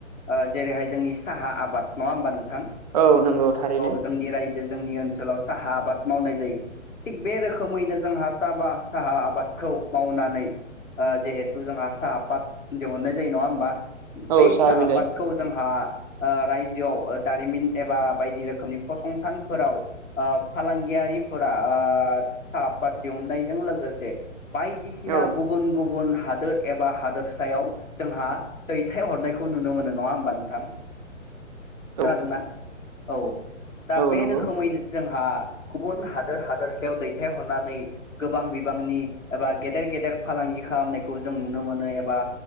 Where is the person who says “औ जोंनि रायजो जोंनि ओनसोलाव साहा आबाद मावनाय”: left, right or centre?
Left